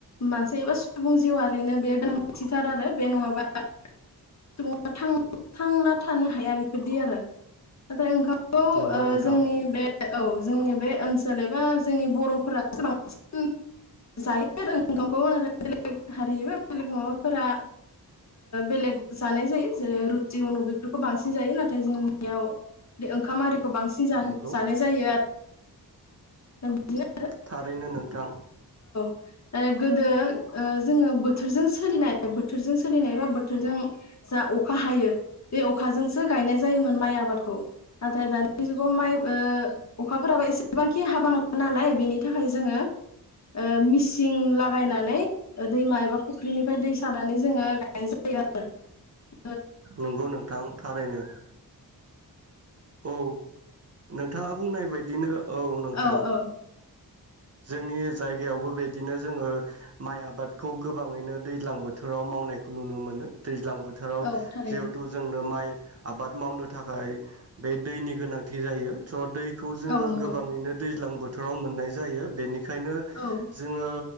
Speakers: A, on the left (about 45°); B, on the right (about 40°).
A: मानसि एबा सुबुं जिउआरिनो बे गोनां थिथार आरो बे नङाबा सुबुंआ थांना थानो हाया बेफोरदि आरो नाथाय ओंखाम खौ ओ
B: नंगौ नोंथां
A: जोंनि बे औ जोंनि बे ओनसोल एबा जोंनि बर'फोरा बांसिन जायो आरो ओंखामखौ बेलेग हारि एबा बेलेग माबाफोरा बेलेग जानाय जायो जेरै रुथि अनु बेफोरखौ बांसिन जायो नाथाय जोंनियाव बे ओंखाम आरिखौ बांसिन
B: नंगौ
A: जानाय जायो आरो बिदिनो
B: थारैनो नोंथां।
A: ओ गोदो ओ जोङो बोथोरजों सोलिनाय बोथोरजों सोलिनाय बा बोथोरजों जा अखा हायो बे अखाजोंसो गायनाय जायोमोन माइ आबादखौ नाथाय दानि जुगाव माइ ओ अखाफोराबो एसेबांखि हाबांला नालाय बेनि थाखाय जोङो ओ मिसिं लागायनानै दैमा एबा फुख्रिनिफ्राय दै सानानै जोङो गायनाय जायो आरो ओ
B: नंगौ नोंथां थारैनो। औ नोंथाङा बुंनाय बाय दिनो औ नोंथां।
A: औ औ
B: जोंनि जायगायावबो बेदिनो जोङो माइ आबादखौ गोबाङैनो दैज्लां बोथोराव मावनायखौ नुनो मोनो दै ज्लां बोथोराव
A: औ थारैनो
B: जिहेथु जोंनो माइ आबाद मावनो थाखाय बे दैनि गोनां थि जायो स' दै खौ जोङो
A: औ नंगौ
B: गोबाङैनो दैज्लां बो बोथोराव मोननाय जायो बेनि बेखायनो
A: औ
B: जोङो